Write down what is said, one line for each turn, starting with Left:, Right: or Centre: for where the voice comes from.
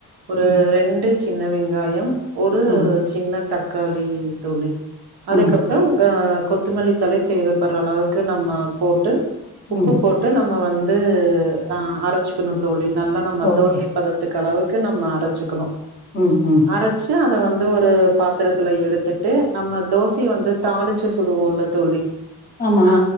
Right: ஒரு
Left: ம்
Right: ரெண்டு சின்ன வெங்காயம் ஒரு
Left: ம்
Right: சின்ன தக் காளி தோழி அதுக்கப்றம்
Left: ம்
Right: கா கொத்துமல்லி தழை தேவைப்படுற அளவுக்கு நம்ம போட்டு உப்பு
Left: ம்
Right: போட்டு நம் நம் வந்து அ அரைச்சுக்கணு தோழி நல்லா நம்ம
Left: ஓகே
Right: தோசைப்பதத்துக்கு அளவுக் க்கு நம்ம அரச்சுக்கணு
Left: ம் ம்
Right: அரச்சு அ அத வந்து ஒரு பாத்திரத்துல எடுத்துட்டு நம்ம தோசய வந்து தாளிச்சு சுடுவோல்ல தோழி
Left: ஆமா
Right: ஆ